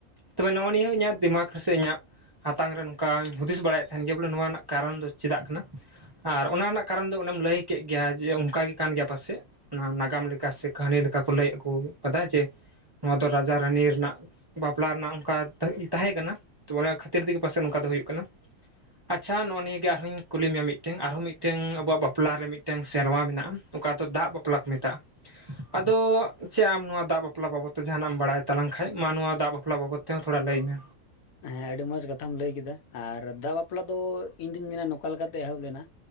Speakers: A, on the right (about 30°); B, on the left (about 75°).
A: ᱛᱚᱵᱮ ᱱᱚᱜᱼᱚᱭ ᱱᱤᱭᱟᱹ ᱦᱚᱸ ᱤᱟᱹᱜ ᱫᱤᱢᱟᱜ ᱨᱮ ᱥᱮ ᱤᱧᱟᱹᱜ, ᱦᱟᱛᱟᱝ ᱨᱮ ᱱᱚᱝᱠᱟᱧ ᱦᱩᱫᱤᱥ ᱵᱟᱲᱟᱭᱮᱫ ᱛᱟᱦᱮᱱ ᱜᱮᱭᱟ ᱵᱚᱞᱮ ᱱᱚᱣᱟ ᱨᱮᱱᱟᱜ ᱠᱟᱨᱚᱱ ᱫᱚ ᱪᱮᱫᱟᱜ ᱠᱟᱱᱟ ᱟᱨ ᱚᱱᱟ ᱨᱮᱱᱟᱜ! ᱠᱟᱨᱚᱱ ᱫᱚ ᱚᱱᱮᱢ ᱞᱟᱹᱭ ᱠᱮᱜ ᱜᱮᱭᱟ ᱡᱮ ᱚᱱᱠᱟ ᱜᱮ ᱠᱟᱱ ᱜᱮᱭᱟ ᱯᱟᱥᱮᱫ ᱚᱱᱟ ᱱᱟᱜᱟᱢ ᱞᱮᱠᱟ ᱥᱮ ᱠᱟᱹᱦᱱᱤ ᱞᱮᱠᱟ ᱠᱚ ᱞᱟᱹᱭ ᱟᱹᱜᱩ ᱟᱠᱟᱫᱟ ᱡᱮ ᱱᱚᱣᱟ ᱫᱚ ᱨᱟᱡᱟ ᱨᱟᱱᱤ ᱨᱮᱱᱟᱜ ᱵᱟᱯᱞᱟ ᱨᱮᱱᱟᱜ ᱚᱱᱠᱟ ᱛᱟᱦᱮᱸ ᱠᱟᱱᱟ ᱛᱚ ᱚᱱᱟ ᱠᱷᱟᱹᱛᱤᱨ ᱛᱮᱜᱮ ᱯᱟᱥᱮ ᱱᱚᱝᱠᱟ ᱫᱚ ᱦᱩᱭᱩᱜ ᱠᱟᱱᱟ ᱟᱪᱪᱷᱟ ᱱᱚᱜᱼᱚᱭ ᱱᱤᱭᱟ ᱜᱮ ᱟᱨᱦᱚᱸᱧ ᱠᱩᱞ ᱢᱮᱭᱟ ᱢᱤᱫᱴᱟᱝ ᱟᱨᱦᱚᱸ ᱢᱤᱫᱼ ᱢᱤᱫᱴᱟᱝ ᱟᱵᱚᱣᱟᱜ ᱵᱟᱯᱞᱟ ᱨᱮ ᱢᱤᱫᱴᱟᱝ ᱥᱮᱨᱣᱟ ᱢᱮᱱᱟᱜᱼᱟ ᱚᱠᱟ ᱫᱚ ᱫᱟᱜ ᱵᱟᱯᱞᱟ ᱠᱚ ᱢᱮᱛᱟᱜᱼᱟ ᱟᱫᱚ ᱪᱮᱫ ᱟᱢ ᱱᱚᱣᱟ ᱫᱟᱜ ᱵᱟᱯᱞᱟ ᱵᱟᱵᱚᱫ ᱛᱮ ᱡᱟᱦᱟᱸᱱᱟᱜ ᱮᱢ ᱵᱟᱲᱟᱭ ᱛᱟᱞᱟᱝ ᱠᱷᱟᱡ ᱢᱟ ᱱᱚᱣᱟ ᱫᱟᱜ ᱵᱟᱯᱞᱟ ᱵᱟᱵᱚᱛ ᱛᱮ ᱛᱮ ᱛᱷᱚᱲᱟ ᱞᱟᱹᱭ ᱢᱮ
B: ᱦᱮᱸ ᱟᱹᱰᱤ ᱢᱚᱸᱡᱽ ᱠᱟᱛᱷᱟᱢ ᱞᱟᱹᱭ ᱠᱮᱫᱟ ᱟᱨ ᱫᱟᱜ ᱵᱟᱯᱞᱟ ᱫᱚ ᱤᱧ ᱫᱩᱧ ᱢᱮᱱᱟ ᱱᱚᱝᱠᱟ ᱞᱮᱠᱟᱛᱮ ᱮᱦᱚᱵ ᱞᱮᱱᱟ